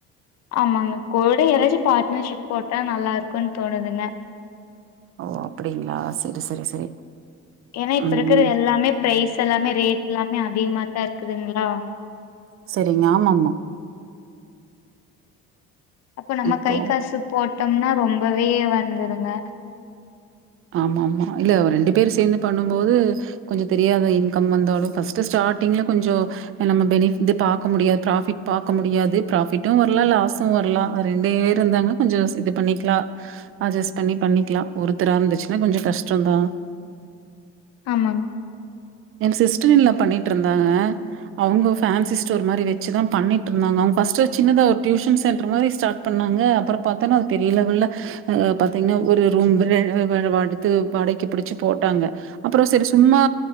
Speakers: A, on the left (about 60°); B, on the right (about 45°).
A: ஆமாங்க கூட யாராச்சும் பார்ட்னர்ஷிப் போட்டா நல்லாருக்கும்ன்னு தோணுதுங்க
B: ஓ அப்டிங்களா சரி சரி சரி
A: ஏன்னா இப்ப
B: ம்.
A: இருக்கிற எல்லாமே ப்ரைஸ் எல்லாமே ரேட் எல்லாமே அதிகமா தா இருக்குதுங்களா
B: சேரிங்க ஆமா ஆமா
A: அப்போ நம்ம
B: இப்போ
A: கை காசு போட்டோம்னா ரொம்பவே வந்துருங்க
B: ஆமா ஆமா இல்ல ரெண்டு பேர் சேந்து பண்ணும் போது கொஞ்சோம் தெரியாத இன்கம் வந்தாலு ஃபர்ஸ்ட் ஸ்டார்டிங்ல கொஞ்சோ நம்ம பெனிஃபிட் இது பாக்க முடியாது ப்ராஃபிட் பாக்க முடியாது ப்ராஃபிட்டும் வரலா லாஸு வரலா ரெண்டே பேர் இருந்தாங்க கொஞ்சோ இது பண்ணிக்லா அட்ஜஸ்ட் பண்ணி பண்ணிக்லா ஒருத் தரா இருந்துச்சுன்னா கொஞ்சோ கஷ்டந்தா
A: ஆமாங்
B: என் சிஸ்டர்ன்லா பண்ணிட்டு இருந்தாங்க அவுங்க ஃபேன்சி ஸ்டோர் மாரி வச்சு தா பண்ணிட்டுருந்தாங்க அவுங்க ஃபர்ஸ்ட்ல சின்னதா ஒரு டியூஷன் சென்டர் மாரி ஸ்டாட் பண்ணாங்க அப்றம் பாத்தன்னா அ பெரிய லெவல்ல பாத்தீங்ன்னா ஒரு ரூம்பு <unintelligible> வேற வாடித்து வாடகைக்கு பிடிச்சு போட்டாங்க அப்றோ சேரி சும்மா